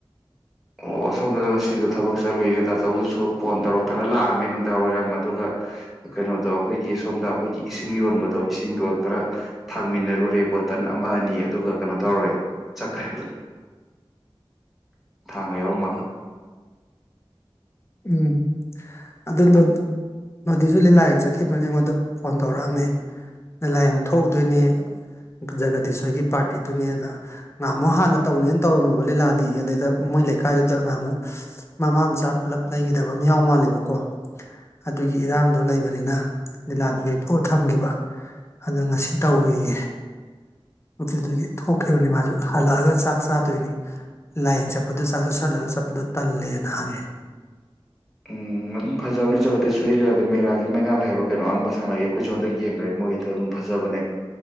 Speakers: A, in the centre; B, on the left.
A: ꯑꯣ ꯑꯁꯣꯝꯗꯅ ꯉꯁꯤꯗꯣ ꯊꯕꯛ ꯆꯠꯂꯨꯏꯅꯦ ꯗꯥꯆꯧꯗꯨꯁꯨ ꯐꯣꯟ ꯇꯧꯔꯛꯇꯅ ꯂꯥꯛꯑꯝꯃꯦ ꯅꯨꯡꯗꯥꯡ ꯋꯥꯏꯔꯝ ꯑꯗꯨꯒ ꯀꯩꯅꯣꯗꯣ ꯑꯩꯈꯣꯏꯒꯤ ꯁꯣꯝꯗ ꯑꯩꯈꯣꯏꯒꯤ ꯏꯁꯤꯡ ꯌꯣꯟꯕꯗꯣ ꯏꯁꯤꯡꯗꯣ ꯈꯔ ꯊꯥꯡꯃꯤꯟꯅꯔꯨꯔꯦ ꯕꯣꯇꯜ ꯑꯃ ꯑꯅꯤ ꯑꯗꯨꯒ ꯀꯩꯅꯣ ꯇꯧꯔꯦ꯫ ꯆꯥꯛꯀꯦꯗ ꯊꯥꯡꯕ ꯌꯥꯎꯔꯝꯃꯒ
B: ꯎꯝ ꯑꯗꯨꯗꯣ ꯃꯗꯨꯁꯨ ꯂꯤꯂꯥ ꯌꯦꯡ ꯆꯠꯈꯤꯕꯅꯤ ꯑꯩꯉꯣꯟꯗ ꯐꯣꯟ ꯇꯧꯔꯛꯑꯝꯃꯦ ꯂꯤꯂꯥ ꯌꯦꯡ ꯊꯣꯛꯎꯗꯣꯏꯅꯦ ꯖꯒꯗꯤꯁꯣꯏꯒꯤ ꯄꯥꯔꯇꯤꯗꯨꯅꯤ ꯑꯗ ꯉꯍꯥꯃꯨꯛ ꯍꯥꯟꯅ ꯇꯧꯅꯤꯅ ꯇꯧꯔꯝꯃꯕ ꯂꯤꯂꯥꯅꯤ ꯑꯗꯨꯗꯩꯗ ꯃꯣꯏ ꯂꯩꯀꯥꯏꯗꯨꯗ ꯉꯍꯥꯃꯨꯛ ꯃꯃꯥ ꯃꯆꯥ ꯄꯨꯂꯞ ꯐꯇꯕ ꯑꯃ ꯌꯥꯎ ꯃꯥꯜꯂꯦꯕꯀꯣ ꯑꯗꯨꯒꯤ ꯏꯔꯥꯡꯗꯣ ꯂꯩꯕꯅꯤꯅ ꯂꯤꯂꯥꯗꯨ ꯌꯊꯣꯛꯑ ꯊꯝꯈꯤꯕ ꯑꯗꯨ ꯉꯁꯤ ꯇꯧꯋꯌꯦ ꯑꯗꯨꯗꯒꯤ ꯊꯣꯛꯈꯤꯕꯅꯤ ꯃꯥꯁꯨ ꯍꯜꯂꯛꯑꯒ ꯆꯥꯛ ꯆꯥꯗꯣꯏꯅꯤ ꯂꯥꯏꯌꯦꯡ ꯆꯠꯄꯗ ꯆꯥꯛ ꯆꯥꯁꯜꯂꯒ ꯆꯠꯄꯗꯣ ꯇꯜꯂꯦꯅ ꯍꯥꯡꯉꯦ
A: ꯎꯝ ꯑꯗꯨꯝ ꯐꯖꯕꯅꯤ ꯖꯒꯗꯤꯁ ꯁꯣꯏ ꯂꯩꯔꯗꯤ ꯃꯦꯔꯥꯒꯤ ꯒꯤ ꯃꯩꯉꯥ ꯍꯥꯏꯕ꯭ꯔꯥ ꯀꯩꯅꯣ ꯑꯥꯟꯕ ꯁꯥꯟꯅꯒꯤ ꯑꯩꯈꯣꯏꯁꯨ ꯍꯟꯗꯛ ꯌꯦꯡꯈ꯭ꯔꯦ ꯃꯣꯏꯒꯤꯗ ꯑꯗꯨꯝ ꯐꯖꯕꯅꯦ